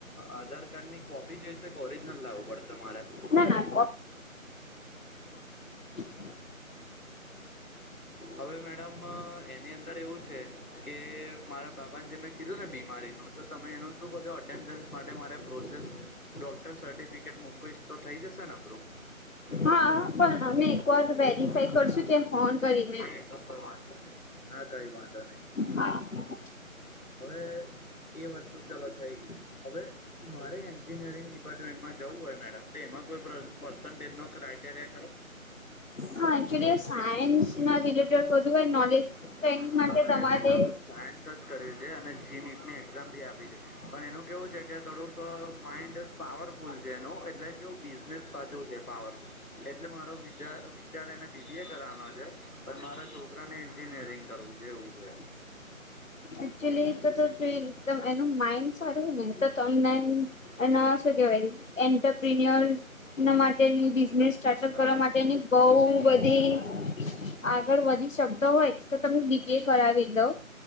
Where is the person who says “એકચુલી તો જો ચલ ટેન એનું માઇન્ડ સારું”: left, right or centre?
Left